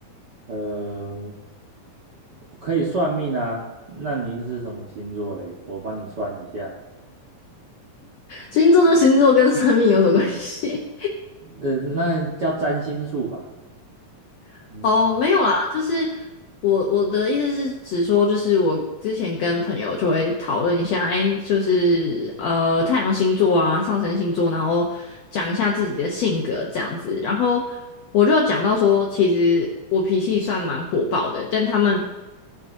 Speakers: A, on the right; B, on the left.
A: 呃，可以算命啊。那您是什么星座嘞？我帮你算一下。
B: 星座这星座跟生命有什么关系？
A: 呃，那叫占星术吧。
B: <laughs>
A: 嗯，
B: 哦，没有啦，就是我我的意思是，只说就是我之前跟朋友就会讨论一下，诶，就是呃太阳星座啊、上升星座，然后讲一下自己的性格这样子。然后我就讲到说，其实我脾气算蛮火爆的，但他们